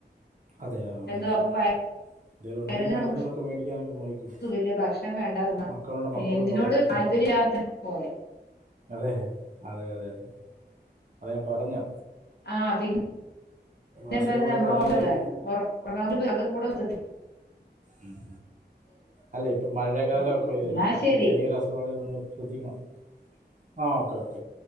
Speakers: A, on the right; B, on the left.
A: അതെ ആ
B: എന്തോ
A: ശരി
B: അപ്പ വയറിന്
A: എന്തെങ്കിലും ഉണ്ടെങ്കിൽ മരുന്നുകളൊക്കെ
B: നമുക്ക്
A: മേടിക്കാനൊക്കെ നോക്കും
B: തുഖെല്ല ഭക്ഷണം വേണ്ടാ തോന്നാ.
A: മക്കളുണ്ട്
B: പിന്നെ
A: മക്കളോട്
B: എന്തിനോട്
A: പറ
B: താല്പര്യല്ലാത്ത
A: ഉം.
B: പോലെ.
A: അതെ അതെ അതെ അതെ അത് ഞാൻ പറഞ്ഞാ
B: ആ പിന്നെ
A: അസുഖങ്ങളൊക്കെ
B: എന്താച്ചാ നമ്മളെ
A: വന്നു
B: ഒർക്കം
A: കഴിഞ്ഞാൽ
B: ഒർ ഒന്നാമെത് ആകെ കൂടെ മൊത്തത്തി
A: ഉം അല്ല ഇപ്പ മഴെകാലൊക്കെ
B: ഉം
A: വര്കെ
B: എന്നാ
A: അല്ലെ
B: ശരി
A: ചെറിയ ഒര് അസുഖാണെങ്കിലും നമ്മെൾ ശ്രദ്ധിക്കണം ആഹ് ഓക്കെ ഓക്കെ